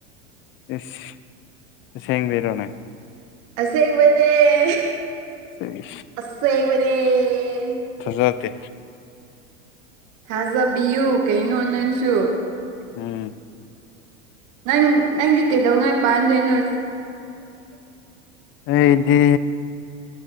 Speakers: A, on the left; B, on the right.
A: ꯏꯁ ꯑꯁ‌ꯦꯡꯕꯩꯔꯣꯅꯦ
B: ꯑꯁ‍ꯦꯡꯕꯅ‌ꯦ
A: ꯁꯤ <inaudible>
B: ꯑꯁ ꯑꯦ ꯃꯔꯦ <inaudible>
A: ꯊꯥꯖꯗ‍ꯦ
B: ꯊꯥꯖꯕꯤꯌꯨ ꯀꯩꯅꯣ ꯅꯪꯁꯨ
A: ꯎꯝ
B: ꯅꯪ ꯅꯪꯗꯤ ꯀꯩꯗꯧꯉꯩ ꯄꯥꯟꯗꯣꯏꯅꯣ
A: ꯑꯩꯗꯤ